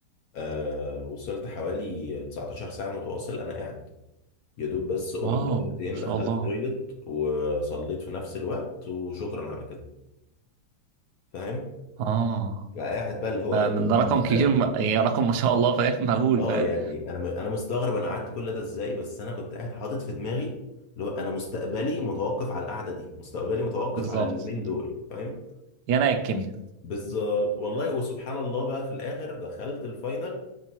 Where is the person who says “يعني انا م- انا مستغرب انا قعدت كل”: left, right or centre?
Left